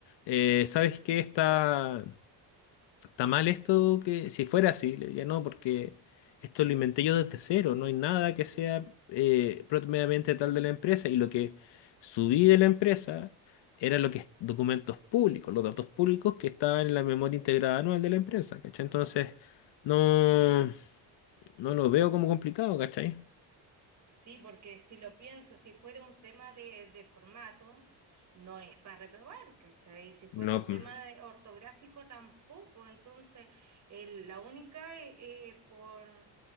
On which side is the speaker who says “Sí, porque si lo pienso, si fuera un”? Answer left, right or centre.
Right